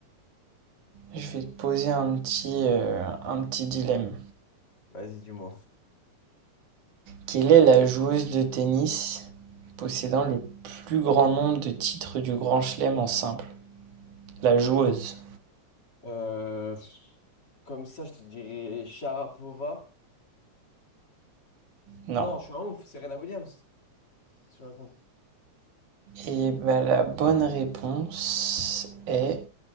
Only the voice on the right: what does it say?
je vais te poser un petit, euh, un petit dilemme.
Quelle est la joueuse de tennis possédant le plus grand nombre de titres du Grand Chelem en simple? La joueuse.
Non.
Et bah, la bonne réponse est...